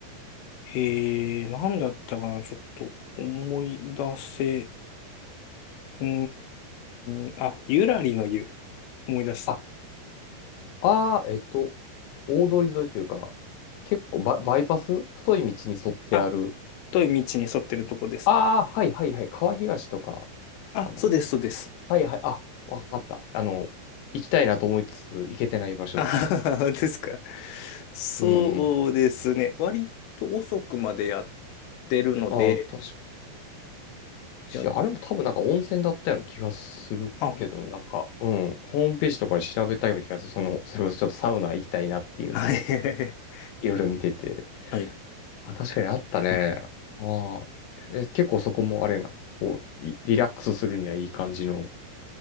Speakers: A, on the left (about 80°); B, on the left (about 75°).
A: えー、なんだったかな、ちょっと思い出せ、うーん、あ、ゆらりの湯、思い出した。
B: あ、ああ、えっと、大通り沿いというか、結構バ、バイパス太い道に沿ってある
A: あ太い道に沿ってるとこですね。
B: ああ、はいはいはい。川東とか
A: あ、
B: かな。
A: そうです、そうです。
B: はいはい。あ、わかった。あの、行きたいなと思いつつ、行けてない場所だ。
A: あははは <laughs> ですか。そうですね。
B: うん。
A: 割と遅くまでやってるので、
B: ああ、確かし、
A: や、
B: あれも多分なんか温泉だったような気がするけど、
A: あ、はい。
B: なんか、うん。ホームページとかで調べたような気がする。その、それこそちょっとサウナ行きたいなっていうんで、
A: <laughs>
B: いろいろ見てて。
A: はい。
B: あ、確かにあったね。ああ。え、結構そこもあれな。こう、リリラックスするにはいい感じの